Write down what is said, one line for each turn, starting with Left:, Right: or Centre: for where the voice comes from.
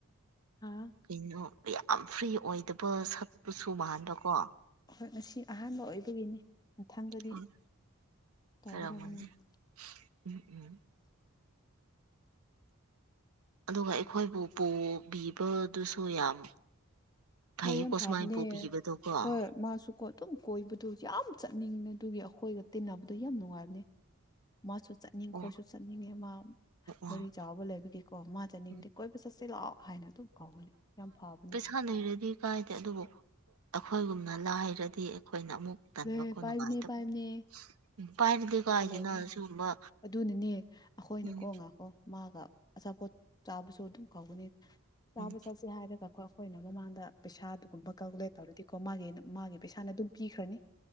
Left: ꯍꯥꯥ
Right: ꯀꯩꯅꯣ ꯌꯥꯝ ꯐ꯭ꯔꯤ ꯑꯣꯏꯗꯕ ꯁꯛꯄꯁꯨ ꯃꯥꯟꯕꯀꯣ
Left: ꯍꯣꯏ ꯉꯁꯤ ꯑꯍꯥꯟꯕ ꯑꯣꯏꯕꯒꯤꯅꯤ ꯃꯊꯪꯗꯗꯤ
Right: ꯍꯣꯏ
Left: ꯇꯧꯒꯗꯕ
Right: ꯑꯣꯏꯔꯝꯒꯅꯤ
Left: ꯃꯥꯟꯗꯦ
Right: ꯎꯝ ꯎꯝ ꯑꯗꯨꯒ ꯑꯩꯈꯣꯏꯕꯨ ꯄꯨꯕꯤꯕꯗꯨꯁꯨ ꯌꯥꯝ ꯐꯩꯌꯦꯀꯣ
Left: ꯍꯣꯏ ꯌꯥꯝ ꯐꯕꯅꯦ
Right: ꯁꯨꯃꯥꯏꯅ ꯄꯨꯕꯤꯕꯗꯣꯀꯣ ꯑꯣ
Left: ꯍꯣꯏ ꯃꯥꯁꯨ ꯀꯣ ꯑꯗꯨꯝ ꯀꯣꯏꯕꯗꯨ ꯌꯥꯝ ꯆꯠꯅꯤꯡꯃꯦ ꯑꯗꯨꯒꯤ ꯑꯩꯈꯣꯏꯒ ꯇꯤꯟꯅꯕꯗꯨ ꯌꯥꯝ ꯅꯨꯡꯉꯥꯏꯕꯅꯦ ꯃꯥꯁꯨ ꯆꯠꯅꯤꯡꯉꯦ
Right: ꯑꯣ
Left: ꯈꯣꯏꯁꯨ ꯆꯠꯅꯤꯡꯉꯦ ꯃꯥ ꯒꯥꯔꯤ
Right: ꯑꯣ
Left: ꯆꯥꯎꯕ ꯂꯩꯕꯒꯤꯀꯣ ꯃꯥ ꯆꯠꯅꯤꯡꯗꯦ
Right: ꯎꯝ
Left: ꯀꯣꯏ ꯆꯠꯁꯤ ꯂꯥꯛꯑꯣ ꯍꯥꯏꯅ ꯑꯗꯨꯝ ꯀꯥꯎꯒꯅꯤ ꯌꯥꯝ ꯐꯕꯅꯦ
Right: ꯍ ꯂꯩꯩꯔꯗꯤ ꯀꯥꯏꯗꯦ ꯑꯗꯨꯕꯨ ꯑꯩꯈꯣꯏꯒꯨꯝꯅ ꯂꯥꯏꯔꯗꯤ ꯑꯩꯈꯣꯏꯅ ꯑꯃꯨꯛ ꯇꯟꯕꯀꯣ
Left: ꯂꯦ ꯄꯥꯏꯕꯅꯤ
Right: ꯅꯨꯡꯉꯥꯏꯇꯕ
Left: ꯄꯥꯏꯕꯅꯤ
Right: ꯎꯝ ꯄꯥꯏꯔꯗꯤꯀꯣ
Left: ꯄꯩꯁꯥ
Right: ꯍꯥꯏꯁꯤꯅ
Left: ꯂꯩꯕꯅꯤ
Right: ꯁꯤꯒꯨꯝꯕ
Left: ꯑꯗꯨꯅꯅꯦ ꯑꯩꯈꯣꯏꯅ
Right: ꯎꯝ
Left: ꯀꯣ ꯉꯥꯏꯀꯣ ꯃꯥꯒ ꯑꯆꯥꯄꯣꯠ ꯆꯥꯕꯁꯨ ꯑꯗꯨꯝ ꯀꯧꯒꯅꯤ ꯆꯥꯕ
Right: ꯎꯝ
Left: ꯆꯠꯁꯦ ꯍꯥꯏꯔꯒꯀꯣ ꯑꯩꯈꯣꯏꯅ ꯃꯃꯥꯡꯗ ꯄꯩꯁꯥ ꯑꯗꯨꯒꯨꯝꯕ ꯀꯥꯜꯀꯨꯂꯦꯠ ꯇꯧꯔꯗꯤꯀꯣ ꯃꯥꯒꯤ ꯃꯥꯒꯤ ꯄꯩꯁꯥꯅ ꯑꯗꯨꯝ ꯄꯤꯈ꯭ꯔꯅꯤ